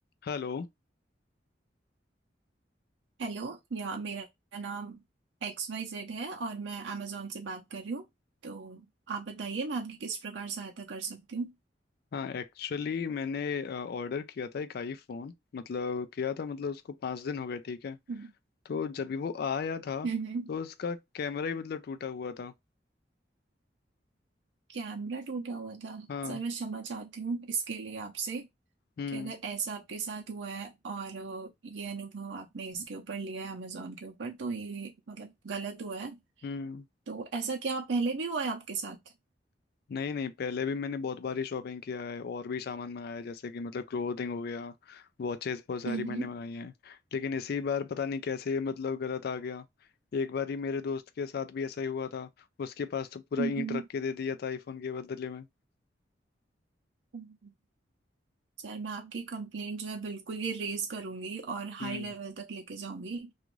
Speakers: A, on the left; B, on the right.
A: Hello
B: Hello या मेरा नाम एक्स वाई जेड है और मैं amazon से बात कर रही हूँ तो आप बताइए मैं आपकी किस प्रकार सहायता कर सकती हूँ
A: हाँ actually मैंने order किया था एक आईफोन मतलब किया था मतलब उसको पाँच दिन हो गए ठीक है
B: हम्म
A: तो जब भी वो आया था
B: हम्म
A: तो उसका कैमरा ही मतलब टूटा हुआ था
B: कैमरा टूटा हुआ था
A: हाँ
B: सर मैं क्षमा चाहती हूँ इसके लिए आपसे
A: हम्म
B: कि अगर ऐसा आपके साथ हुआ है और अ, ये अनुभव आपने इसके ऊपर लिया है amazon के ऊपर तो ये मतलब गलत हुआ है
A: हम्म
B: तो ऐसा क्या पहले भी हुआ है आपके साथ
A: नहीं नहीं पहले भी मैंने बहुत बारी शॉपिंग किया है और भी सामान मंगाया है जैसे कि मतलब क्लोथिंग हो गया वॉचेस बहुत सारी
B: हम्म
A: मैंने मंगाई हैं लेकिन इसी बार पता नहीं कैसे मतलब गलत आ गया एक बार ही मेरे दोस्त के साथ भी ऐसा ही हुआ था उसके पास तो पूरा
B: हम्म
A: ईंट रख के दे दिया था आईफोन के बदले में
B: हम्म सर मैं आपकी कंप्लेंट जो है बिल्कुल ये रेज करूंगी और
A: हम्म
B: हाई लेवल तक लेके जाऊंगी